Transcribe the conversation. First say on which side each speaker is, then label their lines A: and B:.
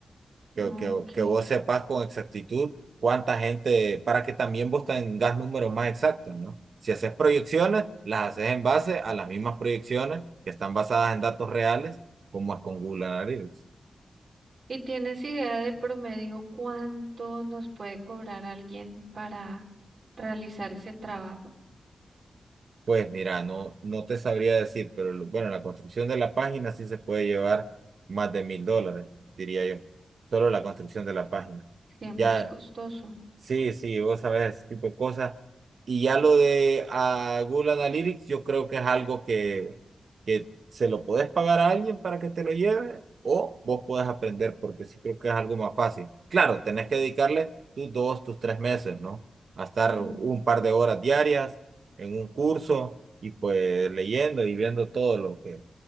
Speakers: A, on the right (about 55°); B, on the right (about 40°).
A: que,
B: Ok.
A: que, que vos sepas con exactitud cuánta gente, para que también vos tengas números más exactos, ¿no? Si haces proyecciones, las haces en base a las mismas proyecciones que están basadas en datos reales, como es con Google Analytics.
B: ¿Y tienes idea de promedio cuánto nos puede cobrar alguien para realizar ese trabajo?
A: Pues mira, no, no te sabría decir, pero lo- bueno, la construcción de la página sí se puede llevar más de mil dólares, diría yo. Solo la construcción de la página.
B: Siempre
A: Ya
B: es costoso.
A: Sí, sí, vos sabés ese tipo de cosas. Y ya lo de ah, Google Analytics, yo creo que es algo que, que se lo podés pagar a alguien para que te lo lleve o vos podés aprender, porque sí creo que es algo más fácil. Claro, tenés que dedicarle tus dos, tus tres meses, ¿no? A estar
B: Mm,
A: un par de horas diarias en un curso y pues leyendo y viendo todo lo que,